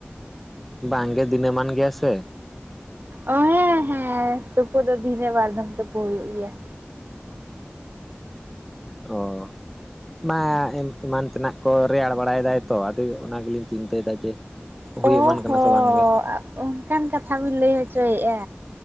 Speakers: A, in the centre; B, on the right.
A: ᱵᱟᱝ ᱜᱮ ᱫᱤᱱᱟᱹᱢᱟᱱ ᱜᱮᱭᱟ ᱥᱮ
B: ᱚ ᱦᱮᱸ ᱦᱮᱸ ᱛᱩᱯᱩ ᱫᱚ ᱫᱤᱱᱮ ᱵᱟᱨ ᱫᱷᱟᱢ ᱛᱩᱯᱩ ᱦᱩᱭᱩᱜ ᱜᱮᱭᱟ
A: ᱚ ᱢᱟ ᱮᱢ ᱮᱢᱟᱱ ᱛᱮᱱᱟᱜ ᱠᱚ ᱨᱮᱭᱟᱲ ᱵᱟᱲᱟᱭ ᱫᱟᱭ ᱛᱚ ᱟᱫᱚ ᱚᱱᱟ ᱜᱮᱞᱤᱧ ᱪᱤᱱᱛᱟᱹᱭ ᱮᱫᱟ ᱡᱮ ᱦᱩᱭ
B: ᱚ
A: ᱮᱢᱟᱱ ᱠᱟᱱᱟ
B: ᱦᱚᱸ
A: ᱥᱮ ᱵᱟᱝᱜᱮ
B: ᱚᱱᱠᱟᱱ ᱠᱟᱛᱷᱟ ᱵᱤᱱ ᱞᱟᱹᱭ ᱦᱚᱪᱚᱭᱮᱫᱼᱟ